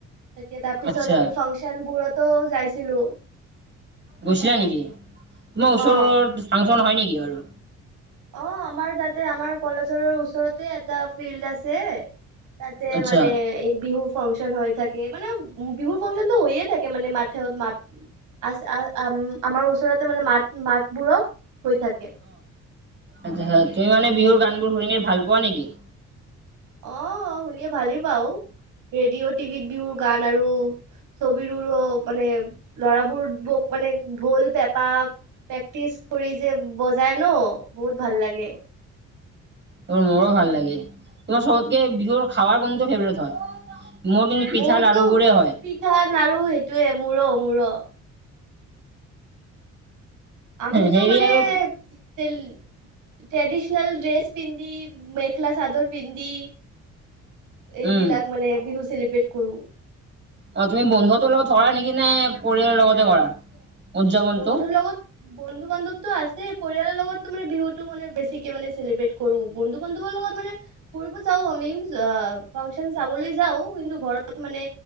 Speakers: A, on the right; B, on the right.
A: তেতিয়া তাৰ পিছত
B: আচ্ছা
A: আমি ফাংচনবোৰতো যাইছিলো।
B: গৈছিলা নেকি তোমাৰ
A: অ
B: ওচৰত ফাংচন হয় নেকি বাৰু?
A: অ আমাৰ তাতে আমাৰ কলেজৰ ওচৰতে এটা ফিল্ড আছে। তাতে
B: আচ্ছা
A: মানে এই বিহু ফাংচন হৈ থাকে মানে বিহুৰ ফাংচনতটো হৈয়ে থাকে মানে মা মা আ আমাৰ ওচৰতে মানে মাত মাতবোৰক হৈ থাকে
B: আচা তুমি মানে বিহুৰ গান বোৰ শুনি ভাল পোৱা নেকি?
A: অ শুনিয়ে ভালেই পাওঁ ৰেডিঅ' টিভিত বিহুৰ গান আৰু। ছবিবোৰো মানে লৰাবোৰ বোক মানে ঢোল, পেপা প্ৰেক্টিচ কৰি যে বজাই ন বহুত ভাল লাগে।
B: তোমাৰ মোৰ ভাল লাগে তোমাৰ চবতকে বিহুৰ খাৱাৰ কোনটো ফেভৰেট হয়। মোৰ কিন্তু পিঠা
A: মোৰতো
B: লাৰু বোৰে হয়।
A: পিঠা লাৰু সেইটোয়ে মোৰো মোৰো। আমিতো
B: হেৰি
A: মানে
B: আৰু
A: ট্ৰেডিশনল ড্ৰেছ পিন্ধি মেখেলা চাদৰ পিন্ধি এইবিলাক
B: উম
A: মানে বিহু চেলিব্ৰেট কৰোঁ।
B: অ তুমি বন্ধুহতৰ লগত থকা নেকি নে পৰিয়ালৰ লগতে কৰা। উদযাপনটো
A: বন্ধুৰ লগত বন্ধু বান্ধৱতো আছে পৰিয়ালৰ লগত বিহুটো মানে বেছিকে মানে চেলিব্ৰেট কৰোঁ বন্ধু বান্ধৱৰ লগত মানে ফুৰিব যাওঁ আমি। ফাংচন চাবলৈ যাওঁ কিন্তু ঘৰত মানে